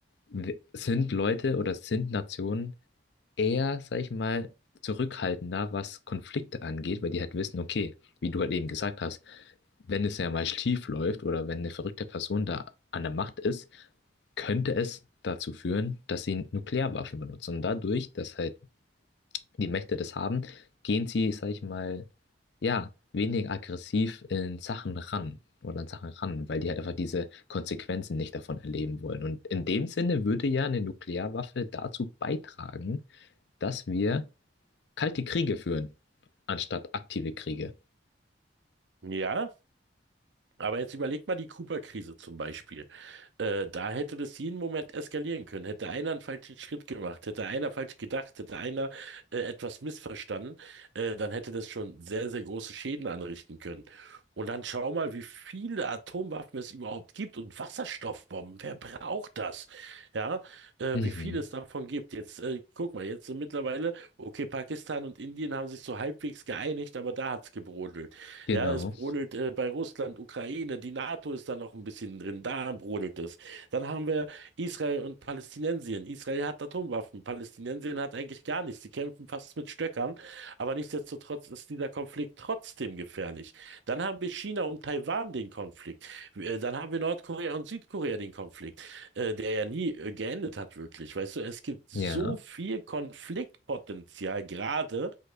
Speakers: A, on the left; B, on the right.
A: w- sind Leute oder sind Nationen eher, sag ich mal, zurückhaltender, was Konflikte angeht, weil die halt wissen, okay, wie du halt eben gesagt hast, wenn es ja mal schief läuft oder wenn eine verrückte Person da an der Macht ist, könnte es dazu führen, dass sie Nuklearwaffen benutzen. Und dadurch, dass halt die Mächte das haben, gehen sie, sag ich mal, ja, weniger aggressiv in Sachen ran oder an Sachen ran, weil die halt einfach diese Konsequenzen nicht davon erleben wollen. Und in dem Sinne würde ja eine Nuklearwaffe dazu beitragen, dass wir kalte Kriege führen, anstatt aktive Kriege.
B: Ja, aber jetzt überleg mal die Kuba-Krise zum Beispiel. Äh, da hätte das jeden Moment eskalieren können. Hätte einer einen falschen Schritt gemacht, hätte einer falsch gedacht, hätte einer äh, etwas missverstanden, äh, dann hätte das schon sehr, sehr große Schäden anrichten können. Und dann schau mal, wie viele Atomwaffen es überhaupt gibt und Wasserstoffbomben. Wer braucht das? Ja, äh,
A: Mhm.
B: wie viel es davon gibt. Jetzt äh, guck mal, jetzt sind mittlerweile Okay, Pakistan und Indien haben sich so halbwegs geeinigt, aber da hat's gebrodelt.
A: Genau.
B: Ja, es brodelt äh, bei Russland, Ukraine, die NATO ist da noch ein bisschen drin, da brodelt es. Dann haben wir Israel und Palästinensien. Israel hat Atomwaffen, Palästinensien hat eigentlich gar nichts. Die kämpfen fast mit es mit Stöckern. Aber nichtsdestotrotz ist dieser Konflikt trotzdem gefährlich. Dann haben wir China und Taiwan den Konflikt. Äh, Dann haben wir Nordkorea und Südkorea den Konflikt, äh, der ja nie äh, geendet hat, wirklich. Weißt du, es gibt so
A: Ja.
B: viel Konfliktpotenzial gerade,